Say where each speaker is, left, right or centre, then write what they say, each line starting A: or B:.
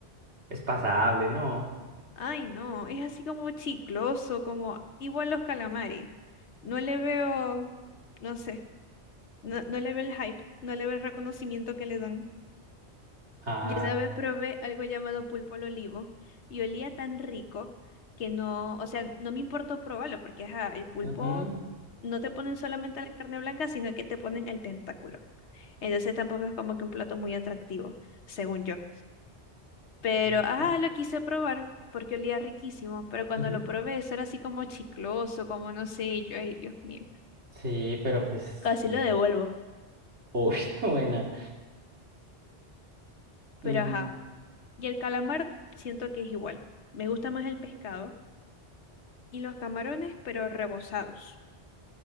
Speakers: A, on the right; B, on the left.
A: es pasable, ¿no?
B: ay, no. Es así como chicloso, como igual los calamares. No le veo, no sé, no, no le veo el hype, no le veo el reconocimiento que le dan.
A: Ah,
B: Yo una vez probé algo llamado pulpo al olivo y olía tan rico que no, o sea, no me importó probarlo porque ajá, el pulpo
A: ujú,
B: no te ponen solamente la carne blanca, sino que te ponen el tentáculo. Entonces tampoco es como que un plato muy atractivo, según yo. Pero,
A: ujú,
B: ajá, lo quise probar porque olía riquísimo, pero cuando
A: ujú.
B: lo probé eso era así como chicloso, como no sé, y yo, ay, Dios mío,
A: Sí, pero pues,
B: casi
A: ay,
B: lo devuelvo.
A: uy, <laughs> qué buena.
B: Pero,
A: Mm,
B: ajá, y el calamar siento que es igual. Me gusta más el pescado Y los camarones, pero rebozados.